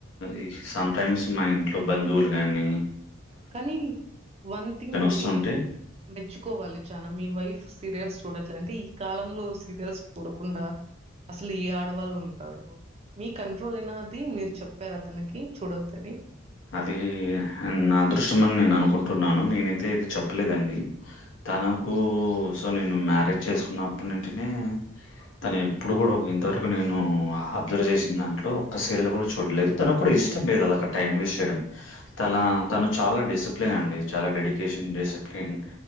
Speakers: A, on the left; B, on the right.
A: ఈ సటైమ్స్ మా ఇంట్లో బంధువులు గానీ
B: కానీ వన్ థింగ్ అండి
A: వస్తుంటే
B: మెచ్చుకోవాలి చాన మీ వైఫ్ సీరియల్స్ చూడట్లే అంటే ఈ కాలంలో సీరియల్స్ చూడకుండా అసలు ఏ ఆడవాళ్ళు ఉంటారు మీ కంట్రోల్ యేనా అది మీరు చెప్పారా తనికి చూడొద్దని?
A: అదీ నా అదృష్టంమని నేను అనుకుంటున్నాను, నేనైతే ఏది చెప్పలేదండి. తనకు సో నేను మ్యారేజ్ చేసుకున్నప్పటి నుంటినే తను ఎప్పుడు కూడ ఇంతవరకు నేను అబ్జర్వ్ చేసిన దాంట్లో ఒక్క సీరల్ కూడా చూడలేదు, తను కూడ ఇష్టం లేదు అదొక టైం వేస్ చెయడం తలా తను చాల డిసిప్లిన్ అండి చాల డెడికేషన్, డిసిప్లిన్